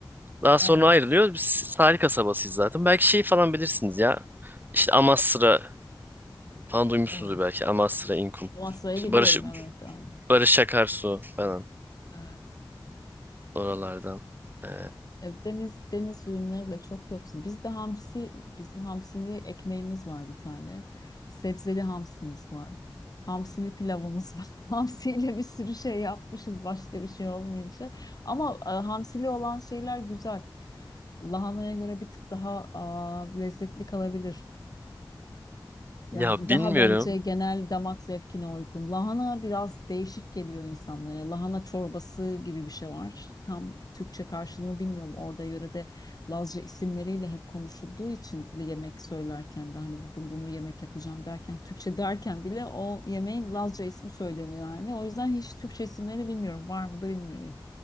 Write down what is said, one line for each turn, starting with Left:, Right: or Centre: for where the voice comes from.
Right: Daha sonra
Left: evet,
Right: ayrılıyor. Biz tarih kasabasıyız zaten. Belki şey falan bilirsiniz ya. İşte Amasra falan duymuşsunuzdur
Left: evet.
Right: belki. Amasra, İnkum.
Left: Amasra'yı
Right: İşte
Left: biliyorum,
Right: Barış,
Left: evet, aynen.
Right: Barış Akarsu falan
Left: Evet.
Right: oralardan. E,
Left: Evet, deniz deniz ürünleri de çok yoksul. Bizde hamsi, bizim hamsili ekmeğimiz var bir tane. Sebzeli hamsimiz var. Hamsili pilavımız var. <laughs> Hamsiyle bir sürü şey yapmışız başka bir şey olmayınca. Ama e, hamsili olan şeyler güzel. Lahanaya göre bir tık daha e, lezzetli kalabilir. Yani
Right: ya
Left: daha
Right: bilmiyorum.
Left: bence genel damak zevkine uygun. Lahana biraz değişik geliyor insanlara. Lahana çorbası gibi bir şey var. Tam Türkçe karşılığını bilmiyorum. Orada yörede Lazca isimleriyle hep konuşulduğu için yemek söylerken de hani bugün bunu yemek yapacağım derken Türkçe derken bile o yemeğin Lazca ismi söyleniyor yani. O yüzden hiç Türkçe isimleri bilmiyorum. Var mı da bilmiyorum.